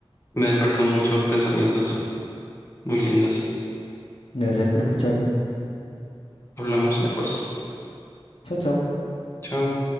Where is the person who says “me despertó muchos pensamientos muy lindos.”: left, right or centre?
Left